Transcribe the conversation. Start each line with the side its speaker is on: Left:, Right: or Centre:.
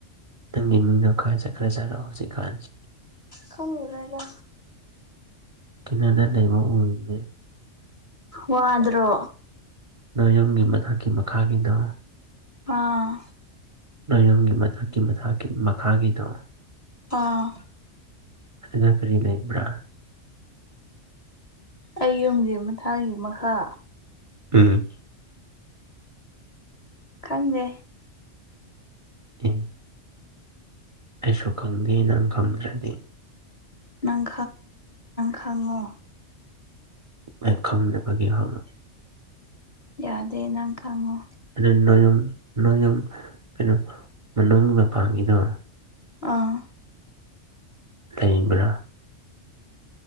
Right: ꯇꯪ ꯃꯤꯅꯣ ꯈꯥ ꯆꯀ꯭ꯔꯖꯥ ꯔꯣꯁꯤ ꯈꯥꯟ
Left: ꯈꯪꯗꯔ꯭ꯦꯗꯥ
Right: ꯀꯅꯗ ꯂꯩꯃ ꯎꯗ
Left: ꯋꯥꯗ꯭ꯔꯣ
Right: ꯅꯌꯨꯝꯒꯤ ꯃꯊꯛꯀꯤ ꯃꯈꯥꯒꯤꯗ
Left: ꯑꯥ
Right: ꯅꯌꯣꯟꯒꯤ ꯃꯊꯛꯀꯤ ꯃꯊꯛꯀꯤ ꯃꯈꯥꯒꯤꯗꯣ
Left: ꯑꯥ
Right: ꯑꯗꯨꯅ ꯀꯔꯤ ꯂꯩꯕ꯭ꯔꯥ
Left: ꯑꯩꯌꯨꯝꯒꯤ ꯃꯊꯥꯒꯤ ꯃꯈꯥ
Right: ꯎꯝ
Left: ꯈꯪꯗꯦ
Right: ꯎ ꯑꯦꯁꯨ ꯈꯪꯗꯦ ꯅꯪ ꯈꯝꯗ꯭ꯔꯦꯗꯤ
Left: ꯅꯪ ꯈꯪꯉꯣ
Right: ꯑꯦ ꯈꯝꯅꯦꯕꯒꯤ ꯍ
Left: ꯌꯥꯗꯦ ꯅꯪ ꯈꯪꯉꯣ
Right: ꯑꯗꯨ ꯅꫭꯏ ꯌꯨꯝ ꯀꯩꯅꯣ ꯃꯅꯨꯡꯒꯤ ꯃꯄꯒꯤꯗꯣ
Left: ꯑꯥ
Right: ꯂꯩꯕ꯭ꯔꯥ